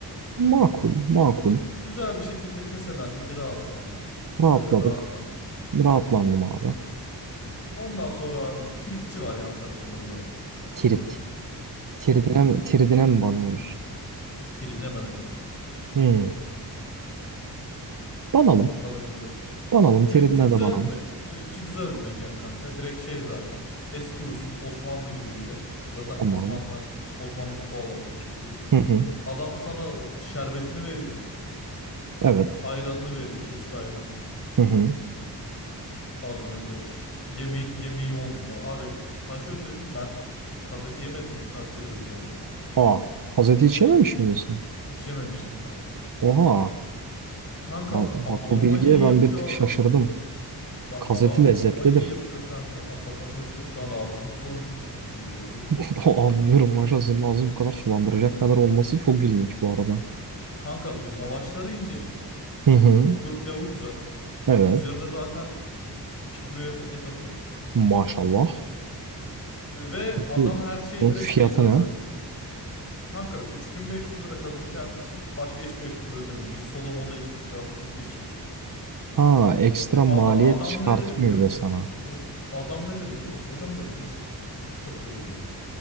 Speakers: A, on the right (about 55°); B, on the left (about 35°).
A: Makul makul.
B: Güzel bir şekilde keselendim, bir rahatlandım.
A: Rahatladık.
B: Ee, rahatlandım.
A: Rahatlandım abi.
B: Hı. Ondan sonra abi tritçi var yan tarafında buranın.
A: Tirit. Tiridine
B: Trit.
A: mi, tiridine mi banıyoruz?
B: Tridine banacağız.
A: Hmm. Banalım.
B: Adı nedir?
A: Banalım.
B: Tritçi
A: Tiridine
B: güzel
A: de banalım.
B: bir me Tritçi güzel bir mekan kanka. Direkt şey zaten. Eski usul Osmanlı gibi bir yer. Zaten
A: Tamam.
B: Osmanlı Osmanlı mutfağı olarak geçiyor şeyi.
A: Hı hı.
B: Adam sana şerbetini veriyor.
A: Evet.
B: Ayranını veriyor, kesik ayranını.
A: Hı hı.
B: Adı nedir? Yeme yemeği on numara. Abi sana şöyle söyleyeyim ben kazeti yemedim hiç. Kastiri de bu arada.
A: Aa. Gazete içememiş miydin sen?
B: Hiç yememiştim kanka.
A: Oha.
B: Kanka
A: Ba- Bak
B: anormal
A: o bilgiye
B: iyi
A: ben
B: yapıyor
A: bir tık şaşırdım.
B: adam. Bak
A: Gazeti
B: adam anormal
A: lezzetlidir.
B: iyi yapıyor kanka. Hatta sana şöyle söyleyeyim. Şu anda ağzım sulanıyor. O kadar iyi yapıyor.
A: <laughs> Anlıyorum. Maşallah senin ağzını bu kadar sulandıracak kadar olması çok ilginç bu arada.
B: Kanka lavaşları incecik.
A: Hı hı.
B: Bulgur pilavı güzel.
A: Evet.
B: Üzerine zaten 2 kilo yakın et atıyor.
A: Maşallah.
B: Ve
A: Peki
B: adam her şeyi
A: bunun
B: direkt
A: fiyatı
B: şeyden
A: ne?
B: sayıyor. Kanka 3500 lira kazın kendisi. Başka hiçbir ekstra ödemiyorum. Biz soda moda içtik, cart curt içtik.
A: Ha, ekstra
B: E,
A: maliyet
B: ada- adam
A: çıkartmıyor
B: ne dedi biliyor
A: bile
B: musun?
A: sana.
B: O, hoc- adam ne dedi biliyor musun? Hocam dedi biz trit satıyoruz dedi.